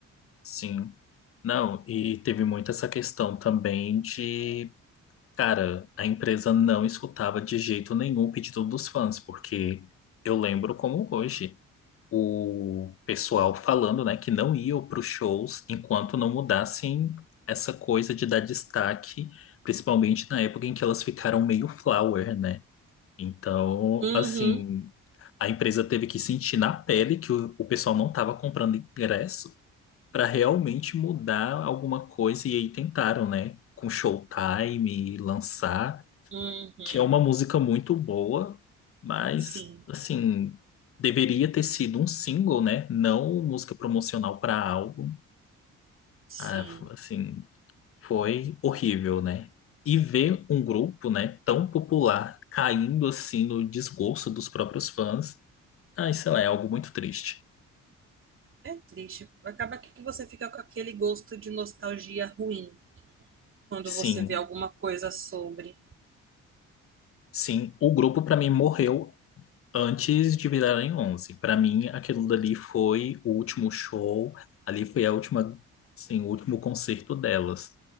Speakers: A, on the left; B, on the right.
A: Sim. Não, e teve muito essa questão também de, cara, a empresa não escutava de jeito nenhum o pedido dos fãs, porque eu lembro como hoje. o pessoal falando, né, que não iam para os shows enquanto não mudassem essa coisa de dar destaque, principalmente na época em que elas ficaram meio flower, né? Então,
B: Uhum,
A: assim, a empresa teve que sentir na pele que o, o pessoal não estava comprando ingresso para realmente mudar alguma coisa e aí tentaram, né? Com Showtime, lançar
B: uhum,
A: que é uma música muito boa, mas
B: sim,
A: assim, deveria ter sido um single, né? Não música promocional para álbum.
B: sim.
A: Ah, f- assim, foi horrível, né? E ver um grupo, né, tão popular caindo assim no desgosto dos próprios fãs, ai, sei lá, é algo muito triste.
B: É triste. Acaba que você fica com aquele gosto de nostalgia ruim. quando
A: Sim,
B: você vê alguma coisa sobre.
A: sim, o grupo para mim morreu Antes de virarem 11. para mim aquilo dali foi o último show, ali foi a última, sim, o último concerto delas,